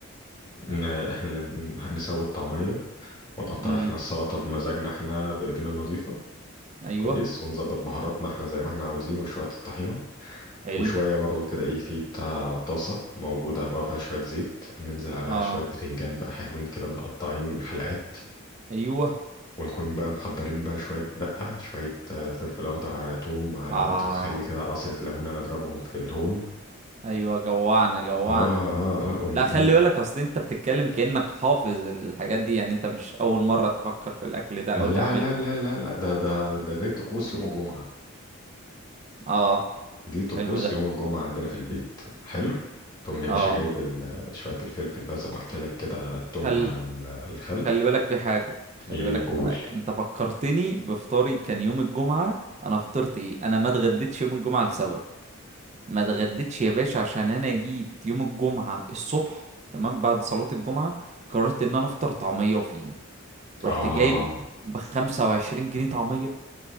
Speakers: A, on the left (about 20°); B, on the right (about 30°).
A: إن احنا اللي نسوي الطعمية ونقطع
B: امم
A: احنا السلطة بمزاجنا احنا بإيدينا النظيفة
B: ايوه
A: كويس ونظبط بهاراتنا احنا زي ما احنا عاوزين وشوية الطحينة
B: حلو
A: وشوية برضو كده ايه في بتاع طاسة موجودة بقى فيها شوية زيت ننزل عليها
B: اه
A: شوية بتنجان بقى حلوين كده متقطعين حلقات
B: ايوه
A: ونكون بقى محضرين بقى شوية دقة شوية آه، فلفل أخضر على توم على
B: اه
A: نقطة خل كده على عصرة ليمونة نضربهم في الهون
B: ايوه جوعنا جوعنا
A: اه اه اه وني...
B: لا خلي بالك اصل انت بتتكلم كأنك حافظ الحاجات دي يعني انت مش اول مرة تفكر في الاكل ده
A: لا
B: او تعمله
A: لا لا لا لا ده ده ده ده طقوس يوم الجمعة
B: اه
A: دي طقوس
B: حلو ده
A: يوم الجمعة عندنا في البيت حلو تقوم يا باشا
B: اه
A: جايب ال- شوية الفلفل بقى زي ما قلت لك كده على التوم
B: خل...
A: على ال- الخل
B: خلي بالك في حاجة خلي
A: ايه
B: بالك
A: قول
B: في حاجة انت فكرتني بفطاري كان يوم الجمعة انا فطرت ايه انا ما اتغديتش يوم الجمعة لسبب ما اتغديتش يا باشا عشان انا جيت يوم الجمعة الصبح تمام بعد صلاة الجمعة قررت ان انا افطر طعمية وفينو رحت
A: اه
B: جايب بخمسة وعشرين جنيه طعمية